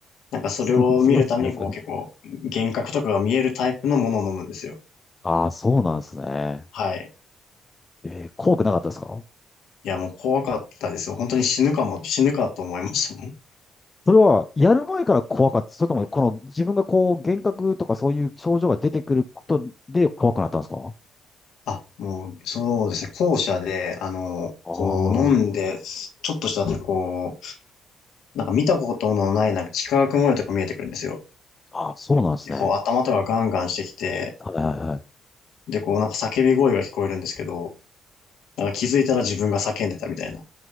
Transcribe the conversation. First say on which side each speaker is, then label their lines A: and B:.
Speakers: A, on the left; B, on the left.
A: なんかそれを見るためにこう結構幻覚とかが見えるタイプのものを飲むんですよ。
B: <laughs> すすごいですね、それ。ああ、そうなんですね。
A: はい。
B: えー、怖くなかったですか
A: いやもう怖かったですよ。本当に死ぬかも、死ぬかと思いましたもん。
B: それは、やる前から怖かった。それとも、この自分がこう、幻覚とかそういう症状が出てくることで怖くなったんですか
A: <laughs> あ、もうそうですね。校舎で、あの、
B: あ
A: こう飲んで、ちょっとした後こう、なんか見たことのないなんか幾何学模様とか見えてくるんですよ。
B: あ、あ、そうなんですね。
A: で、こう頭とかガンガンしてきて、
B: はいはいはい。
A: で、こうなんか叫び声が聞こえるんですけど、なんか気づいたら自分が叫んでたみたいな。